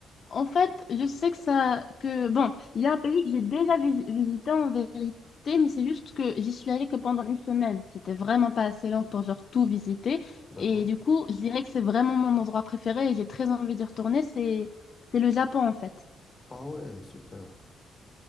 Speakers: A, on the left (about 50°); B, on the left (about 25°).
A: en fait, je sais que ça, que bon, il y a un pays que j'ai déjà vi- visité en vérité, mais c'est juste que j'y suis allée que pendant une semaine. C'était vraiment pas assez long pour genre tout visiter.
B: D'accord?
A: Et du coup, je dirais que c'est vraiment mon endroit préféré et j'ai très envie d'y retourner. C'est, c'est le Japon en fait.
B: Ah ouais, super.